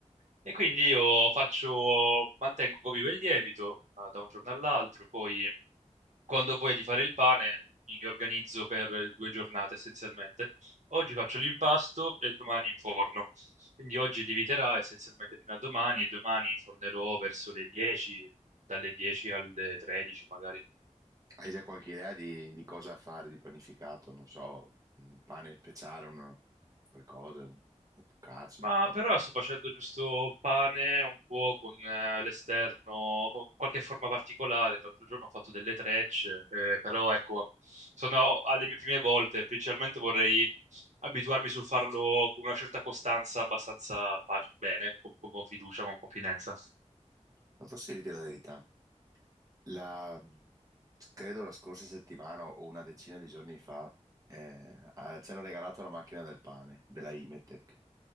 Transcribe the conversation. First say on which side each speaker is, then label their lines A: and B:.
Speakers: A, on the right; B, on the right.
A: E quindi io faccio, mantengo vivo il lievito ah, da un giorno all'altro, poi quando ho voglia di fare il pane mi organizzo per due giornate essenzialmente. Oggi faccio l'impasto e domani in forno. Quindi oggi lieviterà essenzialmente fino a domani e domani infornerò verso le 10, dalle 10 alle 13 magari.
B: Hai già qualche idea di, di cosa fare di panificato? Non so, un pane speciale, una qualcosa, una focaccia.
A: Ma
B: No.
A: per ora sto facendo giusto pane un po' con eh, l'esterno, con qualche forma particolare. L'altro giorno ho fatto delle trecce, eh, però ecco, sono alle mie prime volte. Principalmente vorrei abituarmi sul farlo con una certa costanza, abbastanza pace- bene, con, con fiducia, con confidenza.
B: Ma posso dirti la verità? La, credo la scorsa settimana o una decina di giorni fa eh, ah, ci hanno regalato la macchina del pane della Imetec.